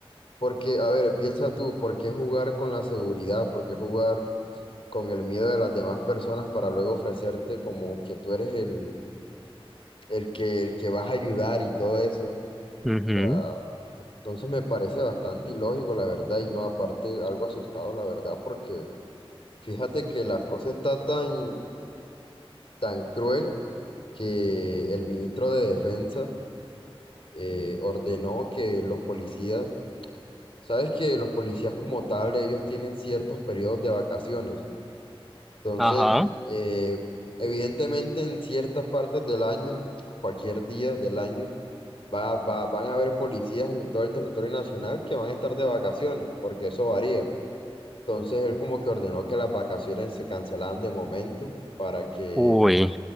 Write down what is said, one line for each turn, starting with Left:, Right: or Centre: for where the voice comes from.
Left: Porque, a ver, piensa tú, ¿por qué jugar con la seguridad? ¿Por qué jugar con el miedo de las demás personas para luego ofrecerte como que tú eres el, el que, el que vas a ayudar y todo eso?
Centre: ujú,
Left: O sea, entonces me parece bastante ilógico, la verdad, y no, aparte, algo asustado, la verdad, porque fíjate que la cosa está tan, tan cruel que el ministro de Defensa eh, ordenó que los policías, sabes que los policías como tal, ellos tienen ciertos periodos de vacaciones. Entonces,
Centre: Ajá.
Left: eh, evidentemente en ciertas partes del año, cualquier día del año, va, va- van a haber policías en todo el territorio nacional que van a estar de vacaciones, porque eso varía. Entonces, él como que ordenó que las vacaciones se cancelaran de momento para que...
Centre: Uy.